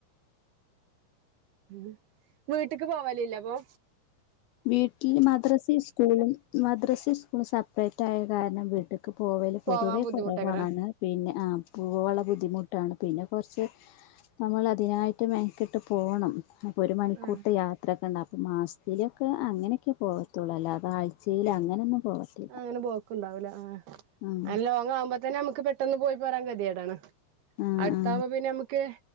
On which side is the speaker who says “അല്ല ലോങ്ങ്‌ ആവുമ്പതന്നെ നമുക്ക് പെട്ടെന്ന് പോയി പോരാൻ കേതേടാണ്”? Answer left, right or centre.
Right